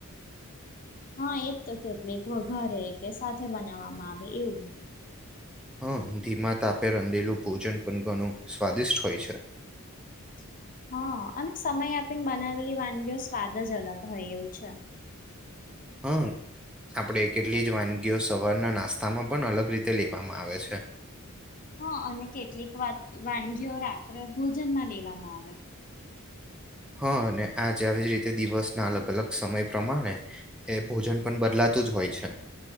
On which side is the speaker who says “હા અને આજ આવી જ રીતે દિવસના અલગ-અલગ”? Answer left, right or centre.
Centre